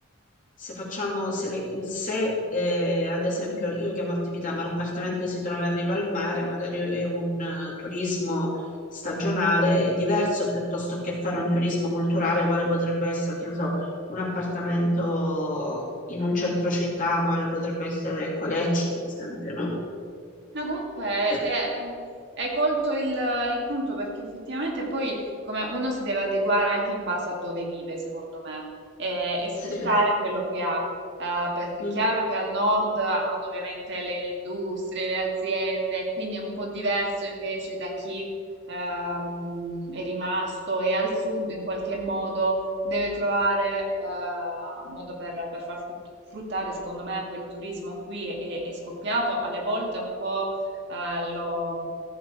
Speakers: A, on the left; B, on the right.
A: se facciamo, se, le- se, eh, ad esempio io chiamo attività, ma l'appartamento si trova in riva al mare, magari è un eh, turismo stagionale, è diverso piuttosto che fare un turismo culturale, quale potrebbe essere, che ne so, un appartamento in un centro città, quale potrebbe essere Coleccia, per esempio, no?
B: No, comunque
A: E-
B: eh, hai, hai colto il, il punto perché effettivamente poi come uno si deve adeguare anche in base a dove vive, secondo me, e, e sfruttare
A: Sì.
B: quello che ha, eh, perché
A: Mm,
B: è chiaro che al nord hanno ovviamente le industrie, le aziende, quindi è un po' diverso invece da chi ehm, è rimasto e al sud in qualche modo deve trovare eh, un modo per, per far frut- fruttare, secondo me, poi il turismo qui è, è- è scoppiato, alle volte un po' eh, lo-